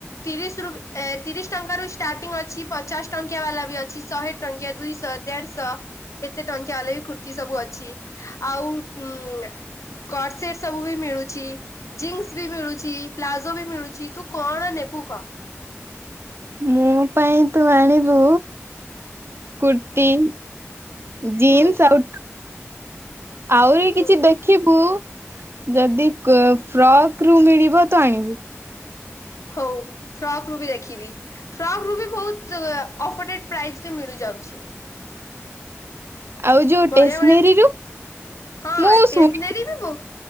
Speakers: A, on the left; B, on the right.
A: ତିରିଶ ରୁ ଏ ତିରିଶ ଟଙ୍କାରୁ ଷ୍ଟାର୍ଟିଂ ଅଛି ପଚାଶ ଟଙ୍କିଆ ବାଲା ବି ଅଛି ଶହେ ଟଙ୍କିଆ ଦୁଇଶହ ଦେଢଶହ ଏତେ ଟଙ୍କିଆ ବାଲା ବି ଖୁର୍ତ୍ତିୀ ସବୁ ଅଛି ଆଉ ଉ ସ୍କଟ ସେଟ ସବୁ ବି ମିଳୁଛି ଜିନ୍ସ ବି ମିଳୁଛି ପ୍ଲାଜୋ ବି ମିଳୁଛି ତୁ କଣ ନେବୁ? ବୁ କହ?
B: ମୋ ପାଇଁ ତୁ ଆଣିବୁ କୁର୍ତ୍ତୀ। ଜିନ୍ସ
A: ହୁଁ
B: ଆଉ ଆହୁରି କିଛି
A: ହୁଁ
B: ଦେଖିବୁ ଯଦି ଫ୍ରକ୍ ରୁ ମିଳିବ ତ ଆଣିବୁ।
A: ହଉ ଫ୍ରକ୍ ରୁ ବି ଦେଖିବି ଫ୍ରକ୍ ରୁ ବି ବହୁତ ଅଫଟେଟ ପ୍ରାଇଜରେ ମିଳିଯାଉଛି। ଯାଉଛି।
B: ଆଉ ଯୋଉ
A: ବଢିଆ
B: ଟେସନେରୀରୁ
A: ବଢିଆ ହଁ
B: ମୁଁ
A: ଟେସନାରୀବି
B: ଶୁଣି
A: ବହୁତ।